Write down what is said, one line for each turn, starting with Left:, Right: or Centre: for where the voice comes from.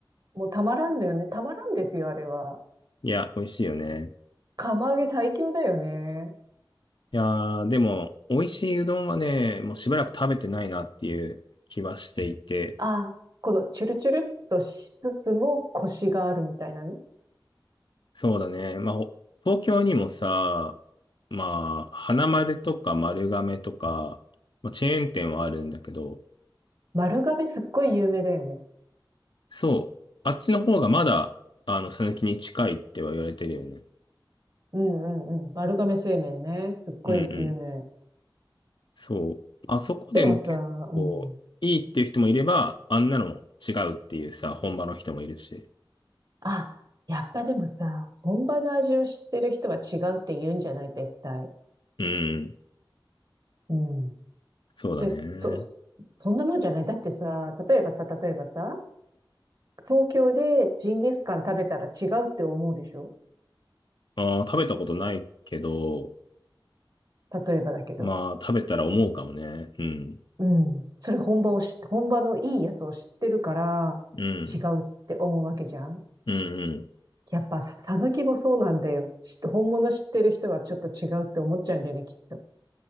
Right: もうたまらんのよね。たまらんですよ、あれは。
Left: いや、美味しいよね。
Right: 釜揚げ最強だよね。
Left: いやー、でも、美味しいうどんはね、もうしばらく食べてないなっていう気はしていて、
Right: あ、このチュルチュルっとしつつもコシがあるみたいなね。
Left: そうだね。まあ、ほ東京にもさ、まあ、花丸とか丸亀とか、まあ、チェーン店はあるんだけど、
Right: 丸亀すっごい有名だよね。
Left: そう、あっちの方がまだ、あの、讃岐に近いっては言われてるよね。
Right: うんうんうん。丸亀製麺ね。すっごい有名。
Left: うん、うん、そう。あそこでも結構、
Right: でもさ、うん。
Left: いいっていう人もいれば、あんなの違うっていうさ、本場の人もいるし。
Right: あ、やっぱでもさ、本場の味を知ってる人は違うって言うんじゃない、絶対。
Left: うん、
Right: うん。
Left: そうだね。
Right: で、そ、そんなもんじゃない。だってさ、例えばさ、例えばさ、東京でジンギスカン食べたら違うって思うでしょ
Left: ああ、食べたことないけど、
Right: 例えばだけど。
Left: まあ、食べたら思うかもね。うん、
Right: うん。それ本場を知っ本場のいいやつを知ってるから、
Left: うん、
Right: 違うって思うわけじゃん。
Left: うん、うん。
Right: やっぱ、さぬきもそうなんだよ。し本物知ってる人はちょっと違うって思っちゃうんだよね、きっと。